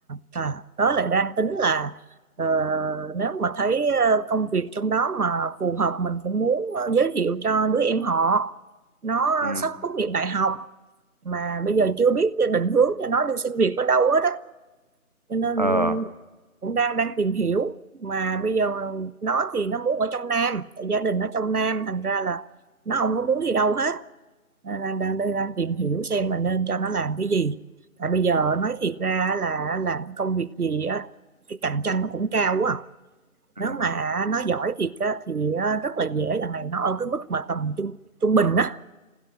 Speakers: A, on the right; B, on the right.
A: à đó lại đang tính là ờ, nếu mà thấy ờ, công việc trong đó mà phù hợp mình cũng muốn ờ, giới thiệu cho đứa em họ. Nó
B: Ừ.
A: sắp tốt nghiệp đại học mà bây giờ chưa biết định hướng cho nó đi xin việc ở đâu hết á. cho nên
B: Ờ.
A: cũng đang đang tìm hiểu mà bây giờ nó thì nó muốn ở trong Nam gia đình nó trong Nam thành ra là nó không có muốn đi đâu hết đang đang đang, đang tìm hiểu xem mà nên cho nó làm cái gì tại bây giờ nói thiệt ra là làm công việc gì á cái cạnh tranh nó cũng cao quá à.
B: Ừ.
A: nếu mà nó giỏi thiệt á, thì rất là dễ là này nó ở cái mức mà tầm trung trung bình á